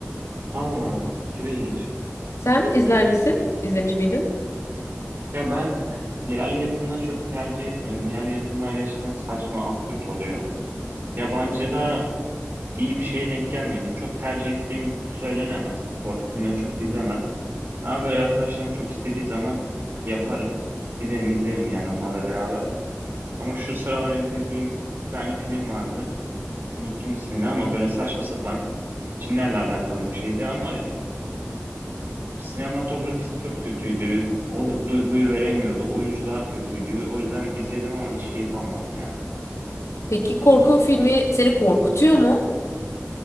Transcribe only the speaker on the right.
Allah Allah. Çok ilginç.
Ya ben yerli yapımları çok tercih etmiyorum. Yerli yapımlar gerçekten saçma, absürt oluyor. Yabancıda iyi bir şeye denk gelmedim. Çok tercih ettiğim söylenemez. Korku filmleri çok izlemem. Ama böyle arkadaşlarım çok istediği zaman yaparım. Giderim izlerim yani onlarla beraber. Ama şu sıralar izlediğim bir tane film vardı. Unuttum ismini ama böyle saçma sapan cinlerle alakalı bir şeydi ama sinematografisi çok kötüydü. O duyguyu veremiyordu. Oyuncular kötüydü. O yüzden izledim ama hiç keyif almadım ya.